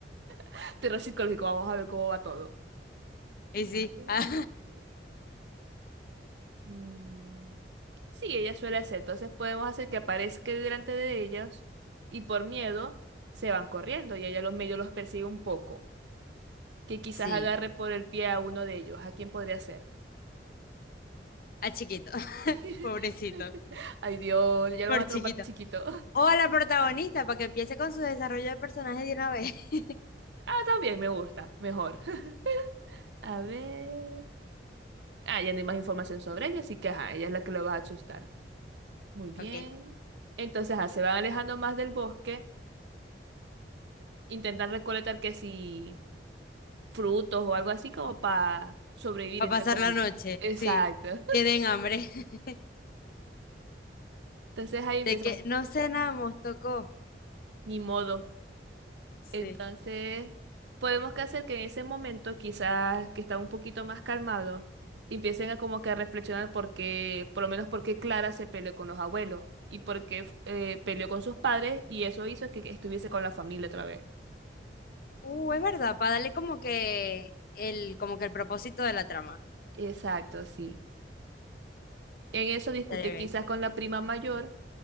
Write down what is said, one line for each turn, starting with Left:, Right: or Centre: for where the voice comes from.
Right: <laughs> Terror psicológico, vamos a ver cómo va todo.
Left: Y sí,
Right: A ver,
Left: <laughs> ah,
Right: mm. Sí, ella suele hacer. Entonces podemos hacer que aparezca delante de ellos y por miedo se van corriendo y ella los medio los persigue un poco. Que quizás
Left: sí,
Right: agarre por el pie a uno de ellos. ¿A quién podría ser?
Left: a chiquito, <laughs>
Right: <laughs>
Left: pobrecito,
Right: Ay, Dios, ya lo
Left: por
Right: van a trompar
Left: chiquito.
Right: de chiquito.
Left: O a la protagonista para que empiece con su desarrollo de personaje de una vez. <laughs>
Right: Ah, también me gusta, mejor. <laughs> A ver. Ah, ya no hay más información sobre ella, así que ajá, ella es la que lo va a asustar. Muy bien.
Left: Ok.
Right: Entonces, ah, se van alejando más del bosque, intentan recolectar que si frutos o algo así como para sobrevivir,
Left: Para
Right: entre
Left: pasar
Right: comillas.
Left: la noche,
Right: Exacto.
Left: sí.
Right: <laughs>
Left: Tienen hambre. <laughs>
Right: Entonces ahí empiezan,
Left: De que no cenamos, tocó.
Right: ni modo.
Left: Sí.
Right: Entonces, podemos que hacer que en ese momento, quizás que están un poquito más calmados, empiecen a como que a reflexionar por qué, por lo menos por qué Clara se peleó con los abuelos y por qué eh, peleó con sus padres y eso hizo que que estuviese con la familia otra vez.
Left: Uh, es verdad, para darle como que el, como que el propósito de la trama.
Right: Exacto, sí. En eso discute
Left: Estaría bien.
Right: quizás con la prima mayor